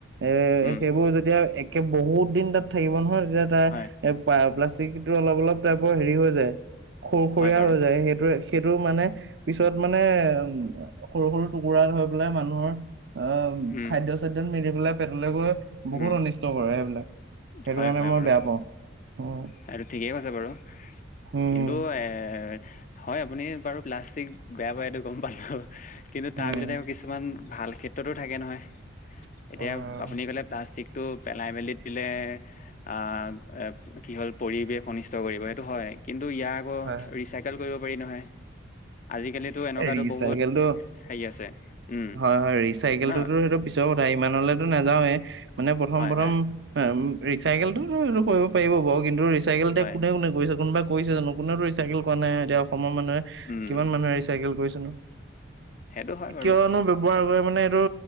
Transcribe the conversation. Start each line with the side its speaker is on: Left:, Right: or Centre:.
Right: এ
Left: উম,
Right: সেইবোৰ যেতিয়া একে বহুত দিন তাত থাকিব নহয় য়া তাৰ
Left: হয়,
Right: এ প প্লাষ্টিকো অলপ অলপ টাইপৰ হেৰি হৈ যায় খুৰখুৰীয়া
Left: হয় বাৰু।
Right: হৈ যায় সেইটোৱে- সেইটো মানে পিছত মানে উ সৰু সৰু টুকুৰা হৈ পেলাই মানুহৰ অ
Left: উম,
Right: খাদ্য চাদ্যত মিলি পেলাই পেটলৈ গৈ বহুত
Left: উম,
Right: অনিষ্ট কৰে সেইবিলাক সেইটো
Left: হয়,
Right: কাৰণে
Left: হয়
Right: মই
Left: বাৰু।
Right: বেয়া পাওঁ উম
Left: সেইটো ঠিকেই কৈছে বাৰু
Right: উম
Left: কিন্তু এ হয় আপুনি বাৰু প্লাষ্টিক বেয়া পায় এইটো গম পালো কিন্তু
Right: উম
Left: তাৰ ভিতৰতে কিছুমান ভাল ক্ষেত্ৰতো থাকে নহয়
Right: উম
Left: এতিয়া আপুনি ক'লে প্লাষ্টিকটো পেলাই মেলি দিলে আহ এ কি হ'ল পৰিৱেশ অনিষ্ট কৰিব সেইটো হয় কিন্তু ইয়াৰ আকৌ
Right: হয়
Left: ৰিচাইকেল কৰিব পাৰি নহয় আজিকালিতো এনেকুৱাতো
Right: ৰিচাইকেলটো
Left: বহুত হেৰি আছে। উম,
Right: হয় হয় ৰিচাইকেলটোতো
Left: ন?
Right: সেইটো পিছৰ কথা ইমানলৈ নাযাওৱে মানে প্ৰথম
Left: হয়,
Right: প্ৰথম
Left: হয়।
Right: আ ম ৰিচাইকেল হেইটো কৰিব পাৰিব বাৰু চাইকেল এতি
Left: হয়,
Right: কোনেও নকৰিছে কোনোবা কৰিছে জানো কোনেওটো ৰিচাইকেল কৰা নাই এতিয়া অসমৰ মানুহে
Left: উম,
Right: কিমান মানুহে ৰিচাইকেল কৰিছে নো
Left: সেইটো হয় বাৰু।
Right: কিয়নো ব্যৱহাৰ কৰে মানে এইটো